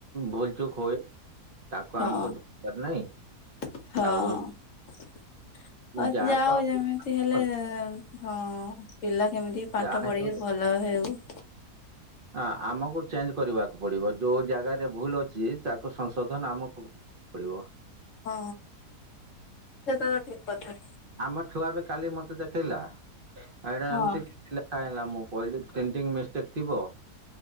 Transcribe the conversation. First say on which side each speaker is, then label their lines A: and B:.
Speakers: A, on the right; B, on the left.
A: ଭୁଲ ଚୁକ୍ ହୁଏ ତାକୁ
B: ହଁ
A: ଆମକୁ ଧରିବାର ନ ନାହିଁ।
B: ହଁ
A: ଆଉ
B: ହଉ
A: ଯାହା
B: ଯାଉ
A: ତ
B: ଯେମିତି ହେଲେ
A: ହଁ
B: ହଁ ପିଲା କେମିତି ପାଠ
A: ଯାହା ହେଲେ
B: ପଢିକି ଭଲ ଭଲ ହେଉ
A: ହ ଆମକୁ ଚେଞ୍ଜ କରିବାକୁ ପଡିବ ଯୋଉ ଜାଗାରେ ଭୁଲ ଅଛି ଚାକ ସଂଶୋଧନ ଆମକୁ ପଡିବ।
B: ହଁ ସେଟ ତ ଠିକ କଥା।
A: ଆମ ଛୁଆ ବି କାଲି ମତେ ଦେଖେଇଲା ଆଉ ଏଇଟା
B: ହଁ
A: ଏମତି କିଛି <unintelligible> ା ହେଲା ମୁଁ କହିଲି ପ୍ରିଣ୍ଟିଂ ମିଷ୍ଟେକ୍ ଥିବ।